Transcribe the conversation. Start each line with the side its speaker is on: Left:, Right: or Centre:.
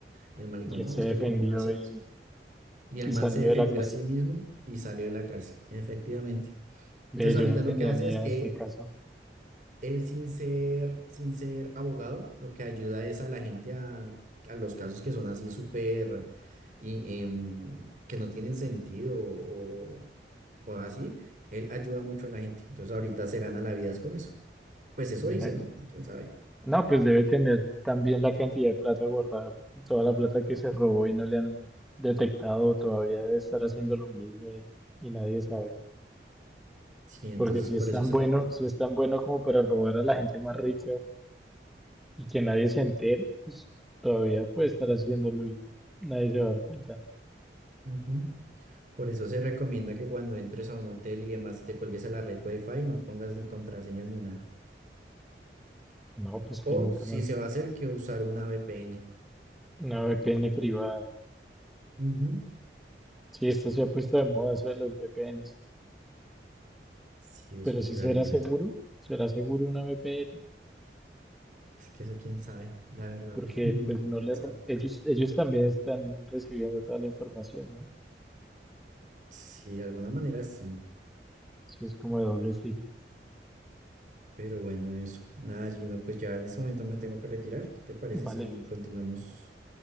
Right: Y el man le dijo,
Centre: Y
Right: no,
Centre: él se
Right: es
Centre: defendió
Right: que yo no voy a hacer
Centre: y,
Right: eso. Y el
Centre: y
Right: man
Centre: salió
Right: se defendió
Centre: de la cárcel.
Right: a sí mismo y salió de la cárcel, efectivamente.
Centre: Ve,
Right: Entonces
Centre: yo
Right: ahorita
Centre: no tenía
Right: lo que hace
Centre: ni
Right: es
Centre: idea
Right: que
Centre: de este caso.
Right: él sin ser, sin ser abogado, lo que ayuda es a la gente a, a los casos que son así súper y em, que no tienen sentido o, o así. Él ayuda mucho a la gente. Entonces ahorita se gana la vida es con eso. Pues eso
Centre: Ven
Right: dice,
Centre: ahí.
Right: ¿no? ¿Quién sabe?
Centre: No, pues debe tener también la cantidad de plata guardada, toda la plata que se robó y no le han detectado, todavía debe estar haciendo lo mismo y, y nadie sabe.
Right: Sí, entonces
Centre: Porque si
Right: por
Centre: es tan
Right: eso se
Centre: bueno,
Right: recomienda.
Centre: si es tan bueno como para robar a la gente más rica, y que nadie se entere, pues todavía puede estar haciéndolo y nadie se va a dar cuenta.
Right: Ujú. Por eso se recomienda que cuando entres a un hotel y demás te cuelgues a la red Wi-Fi, no pongas ni contraseñas ni nada.
Centre: No, pues que
Right: O
Centre: nunca
Right: si
Centre: más
Right: se va a hacer, que usar una VPN.
Centre: una VPN privada.
Right: Ujú.
Centre: Sí, esto se ha puesto de moda eso de las VPNs,
Right: Sí, eso
Centre: pero
Right: es
Centre: si
Right: realidad.
Centre: será seguro, será seguro una VPN,
Right: Es que eso quién sabe, la verdad,
Centre: porque
Right: <laughs> no
Centre: pues
Right: nunca
Centre: no le
Right: sabe.
Centre: ro- ellos ellos también están recibiendo toda la información, ¿no?
Right: Sí, de alguna manera sí.
Centre: Sí, es como de doble filo.
Right: Pero bueno, eso. Nada, Gino, pues ya en este momento me tengo que retirar. ¿Qué te parece
Centre: Vale,
Right: si continuamos